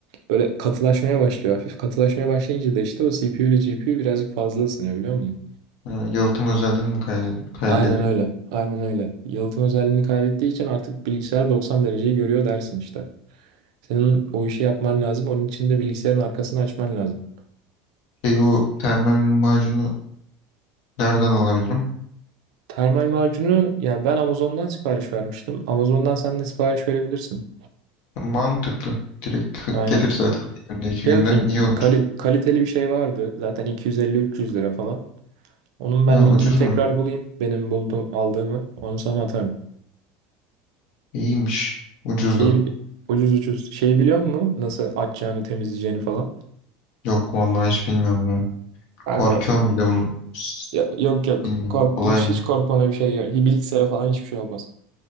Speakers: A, on the right (about 80°); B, on the left (about 55°).
A: Böyle katılaşmaya başlıyor hafif. Katılaşmaya başlayınca da işte o CPU ile GPU birazcık fazla ısınıyor biliyor musun?
B: Ha, yalıtım özelliğini mi kaybediyor? Kaybediyor.
A: Aynen öyle. Aynen öyle. Yalıtım özelliğini kaybettiği için artık bilgisayar 90 dereceyi görüyor dersin işte. Senin o işi yapman lazım. Onun için de bilgisayarın arkasını açman lazım.
B: Şey o termal macunu nereden alabilirim?
A: Termal macunu yani ben Amazon'dan sipariş vermiştim. Amazon'dan sen de sipariş verebilirsin.
B: Mantıklı. Direkt hı-
A: Aynen.
B: gelir zaten bir günde iki
A: Şey
B: günde
A: atayım.
B: iyi olur.
A: Kali- kaliteli bir şey vardı. Zaten 250-300 lira falan. Onun
B: Ha,
A: ben linkini
B: ucuz
A: tekrar
B: mu?
A: bulayım. Benim bulduğum, aldığımı. Onu sana atarım.
B: İyiymiş. Ucuz
A: Şey
B: da.
A: ucuz ucuz. Şey biliyor musun? Nasıl açacağını, temizleyeceğini falan.
B: Yok vallahi hiç bilmiyorum ya.
A: Kanka
B: Korkuyorum
A: bak.
B: bir de bunu. S-
A: Ya- Yok yok.
B: Bilmiyorum
A: Kork,
B: kolay
A: hiç
B: mı?
A: hiç korkmana bir şey yok. Hi- Bilgisayara falan hiçbir şey olmaz.